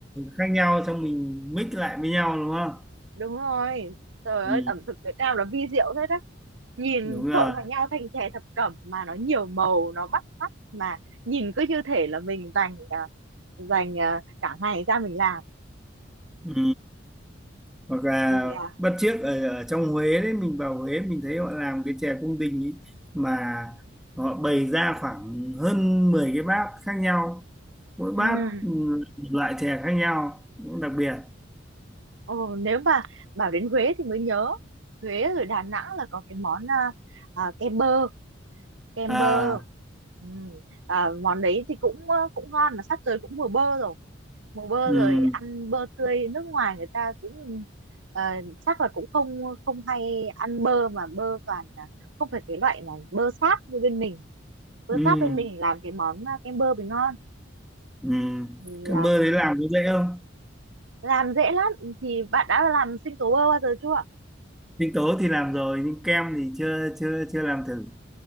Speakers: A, in the centre; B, on the right.
A: khác nhau xong mình mix lại với nhau đúng không
B: đúng rồi trời
A: ừ
B: ơi ẩm thực Việt Nam nó vi diệu thế đấy nhìn
A: đúng rồi
B: trộn vào nhau thành chè thập cẩm mà nó nhiều màu nó bắt mắt mà nhìn cứ như thể là mình dành à, dành à, cả ngày ra mình làm
A: ừ hoặc là
B: thì à,
A: bất chiếc ở, ở trong Huế đấy mình vào Huế mình thấy họ làm cái chè cung đình ý, mà họ bày ra khoảng hơn 10 cái bát khác nhau mỗi bát
B: ừm,
A: ừ, một loại chè khác nhau cũng đặc biệt
B: ồ, nếu mà bảo đến Huế thì mới nhớ Huế rồi Đà Nẵng là có cái món à, à, cái bơ kem
A: à
B: bơ ừ. à, món đấy thì cũng ờ, cũng ngon mà sắp tới cũng mùa bơ rồi mùa bơ
A: ừ
B: rồi ăn bơ tươi nước ngoài người ta cũng ờ, chắc là cũng không không hay ăn bơ mà bơ toàn là không phải cái loại mà bơ sáp như bên mình bơ
A: ừ
B: sáp bên mình làm cái món ờ, kem bơ bình ngon
A: ừ
B: thì
A: kem
B: ờ,
A: bơ đấy làm có dễ không
B: làm dễ lắm thì bạn đã làm sinh tố bơ bao giờ chưa
A: sinh tố thì làm rồi nhưng kem thì chưa chưa chưa làm thử